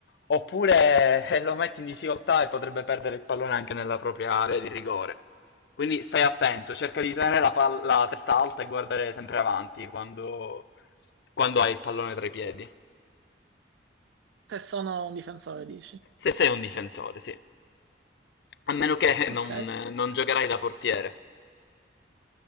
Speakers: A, on the left; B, on the right.
A: Oppure eh, lo metti in difficoltà e potrebbe perdere il pallone anche nella propria area di rigore. Quindi stai attento, cerca di tenere la, pal- la testa alta e guardare sempre avanti quando, quando hai il pallone tra i piedi.
B: Se sono un difensore, dici.
A: Se sei un difensore, sì. A meno che
B: Ok.
A: non, non giocherai da portiere.